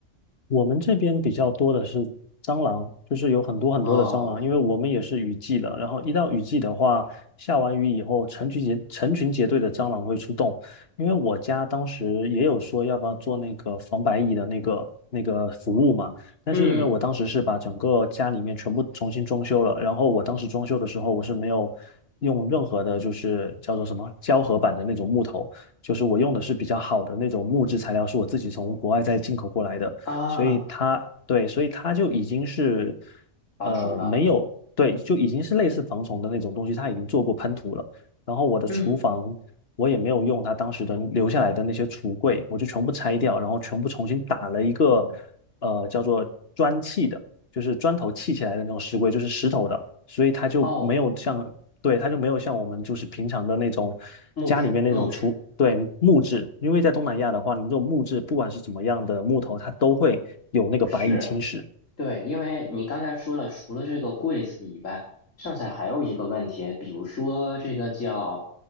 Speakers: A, on the left; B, on the left.
A: 我们这边比较多的是蟑螂，就是有很多很多的蟑螂，
B: 哦，
A: 因为我们也是雨季的。然后一到雨季的话，下完雨以后，成群结成群结队的蟑螂会出动。因为我家当时也有说要不要做那个防白蚁的那个那个服务嘛，但是因为我当时是把整个家里面全部重新装修了，
B: 嗯
A: 然后我当时装修的时候我是没有用任何的，就是叫做什么胶合板的那种木头。就是我用的是比较好的那种木质材料，是我自己从国外再进口过来的。
B: 啊，
A: 所以它对，所以它就已经是
B: 防虫了。
A: 呃没有对，就已经是类似防虫的那种东西，它已经做过喷涂了。然后我的厨房我也没有用它当时的留下来的那些橱柜，
B: 嗯，
A: 我就全部拆掉，然后全部重新打了一个呃叫做砖砌的，就是砖头砌起来的那种石柜，就是石头的，所以它就没有像对，
B: 哦，
A: 它就没有像我们就是平常的那种
B: 木质木质，
A: 家里面那种厨，对，木质，因为在东南亚的话，你这种木质不管是怎么样的木头，它都会有那个白蚁侵蚀，
B: 不是。对，因为你刚才说了，除了这个柜子以外，剩下还有一个问题，比如说这个叫